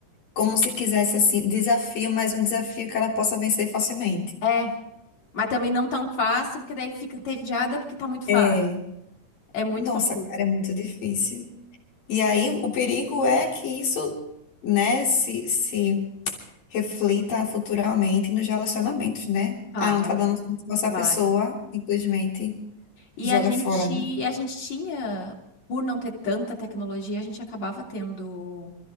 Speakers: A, on the left (about 85°); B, on the left (about 55°).
A: como se quisesse, assim, desafio, mas um desafio que ela possa vencer facilmente.
B: É, mas também não tão fácil, porque daí fica entediada porque tá muito fácil.
A: É,
B: É muito
A: nossa,
B: confuso.
A: cara, é muito difícil. E aí, o perigo é que isso, né, se, se reflita futuramente nos relacionamentos, né?
B: Vai,
A: Ah, não tá dando certo com essa
B: vai.
A: pessoa, simplesmente
B: E
A: joga
B: a gente,
A: fora, né?
B: a gente tinha, por não ter tanta tecnologia, a gente acabava tendo,